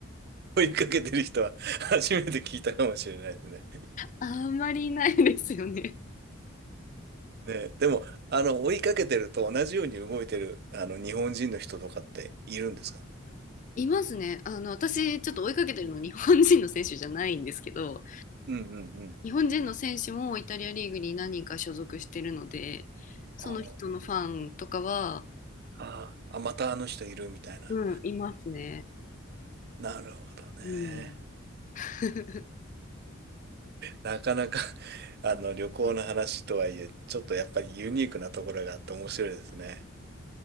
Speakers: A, on the right; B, on the left.
A: 追いかけてる人は <laughs> 初めて聞いたかもしれないですね。
B: あんまりいないですよね。
A: ね、でも、あの、追いかけてると同じように動いてる、あの、日本人の人とかっているんですか
B: <laughs> いますね。あの、私、ちょっと追いかけてるの日本人の選手じゃないんですけど、
A: うんうんうんうん。
B: 日本人の選手もイタリアリーグに何人か所属してるので、その人のファンとかは、
A: あーあー、あまたあの人いるみたいな。
B: うん、いますね。
A: なるほどね。
B: うん。<laughs>
A: なかなか <laughs> あの、旅行の話とはいえ、ちょっとやっぱりユニークなところがあって面白いですね。